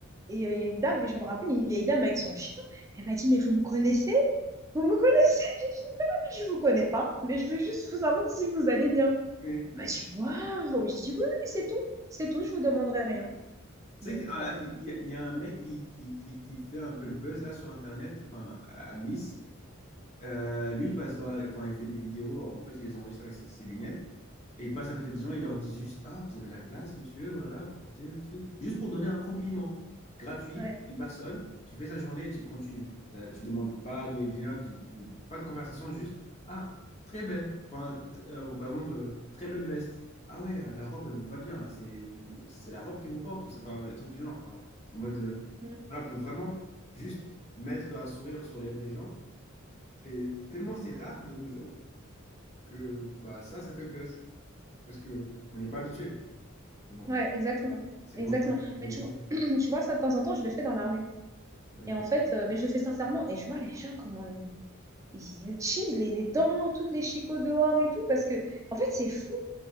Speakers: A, on the right; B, on the left.
A: Et euh, il y a une dame, mais je me rappelle, une vieille dame avec son chien, elle m'a dit, mais vous me connaissez? Vous me connaissez? J'ai dit, non, mais je vous connais pas, mais je veux juste vous savoir si vous allez bien.
B: Oui.
A: Elle m'a dit, waouh! Je dis, oui, oui, c'est tout. C'est tout, je vous demanderai rien.
B: Tu
A: Donc,
B: sais qu'il y, a
A: euh,
B: il y a un mec qui, qui, qui, qui fait un peu le buzz là sur Internet, enfin à à Nice. Euh, lui, il passe dans la- enfin, il fait des vidéos, en fait, il les enregistre avec ses, ses lunettes, et il passe à côté des gens, il leur dit juste, Ah, vous avez la classe, monsieur, voilà, vous portez le truc. Juste pour donner un compliment gratuit
A: ouais.
B: à une personne, tu fais sa journée et tu continues. T'as- Tu demandes pas d'où elle vient, tu, tu- pas de conversation, juste, Ah, très belle, enfin, t- euh, bon, par exemple, euh, très belle veste. Ah ouais, euh, la robe, elle vous va bien, c'est vous, c'est la robe qui vous porte, ou c'est, enfin, un truc du genre, enfin, en mode, euh,
A: Mm.
B: voilà, pour vraiment juste mettre un sourire sur les lèvres des gens. Et tellement c'est rare de nos jours que bah, ça, ça fait le buzz. Parce qu'on n'est pas habitué. Mais bon,
A: Ouais, exactement.
B: c'est
A: Exactement.
B: le monde dans lequel
A: Mais tu, vois- <clears throat> tu vois, ça, de temps en temps, je le fais dans la rue.
B: on est.
A: Et en
B: Ok.
A: fait, euh, mais je le fais sincèrement, et je vois les gens comment ils, ils le cheese, les, les dents, toutes les chicots dehors et tout, parce que, en fait, c'est fou.